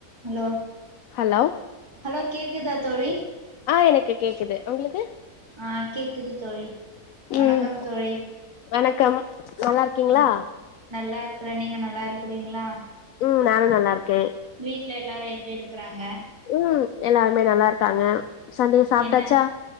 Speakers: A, on the right; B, on the left.
A: ஹலோ
B: ஹலோ
A: ஹலோ கேக்குது தோழி
B: ஆ எனக்கு கேக்குது உங்களுக்கு
A: ஆ கேக்குது தோழி வணக்கம்
B: ம்
A: தோழி
B: வணக்கம் நல்லா இருக்கீங்களா
A: ம் நல்லா இருக்கறே நீங்க நல்லா இருக்கிறீங்களா
B: ம் நானு நல்லா இருக்கே
A: வீட்ல எல்லாரு எப்டி இருக்கிறாங்க
B: ம் எல்லாருமே நல்லா இருக்காங்க சண்டே சாப்ட்டாச்சா
A: என்ன